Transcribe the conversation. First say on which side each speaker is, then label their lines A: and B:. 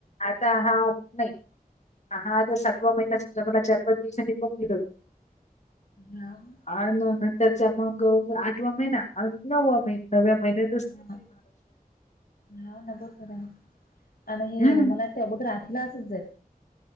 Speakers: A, on the left (about 50°); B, on the left (about 70°).
A: आता हा नाही हा आता सातवा महिनामजा मला चारपच पसांनी ते
B: ह
A: आणि नंतरचा मग आठवा महिना नववा महि नवव्या महिन्या
B: ह ह न खर आणि
A: हम्म
B: मला त्यामध्ये राठीला असच जाई